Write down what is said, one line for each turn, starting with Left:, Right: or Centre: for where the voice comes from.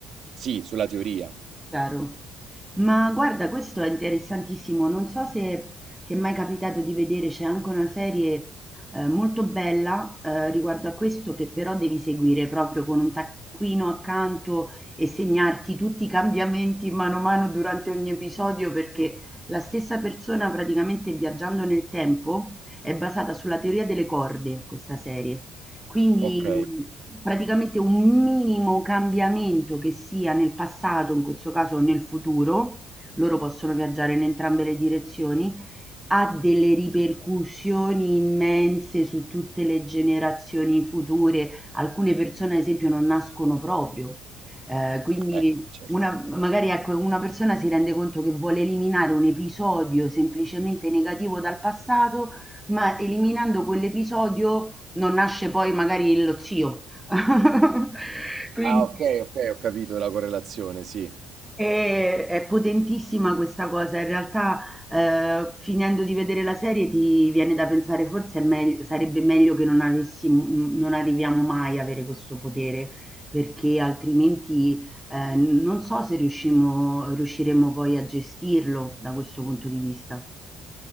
Right: sì, sulla teoria.
Centre: chiaro. Ma guarda, questo è interessantissimo. Non so se ti è mai capitato di vedere, c'è anche una serie eh, molto bella eh, riguardo a questo che però devi seguire proprio con un taccuino accanto e segnarti tutti i cambiamenti mano a mano durante ogni episodio perché la stessa persona praticamente viaggiando nel tempo è basata sulla teoria delle corde, questa serie. Quindi,
Right: Ok.
Centre: mhmm, praticamente un minimo cambiamento che sia nel passato, in questo caso o nel futuro, loro possono viaggiare in entrambe le direzioni, ha delle ripercussioni immense su tutte le generazioni future. Alcune persone, ad esempio, non nascono proprio. Ehm, quindi
Right: Eh, certo.
Centre: una magari ecco, una persona si rende conto che vuole eliminare un episodio semplicemente negativo dal passato, ma eliminando quell'episodio non nasce poi magari lo zio. <laughs> Quindi
Right: Ah, ok, ok, ho capito la correlazione, sì.
Centre: è è potentissima questa cosa. In realtà, ehm, finendo di vedere la serie ti viene da pensare forse è megl sarebbe meglio che non avessimo n non arriviamo mai a avere questo potere, perché altrimenti, ehm, non so se riuscimo riusciremo poi a gestirlo da questo punto di vista.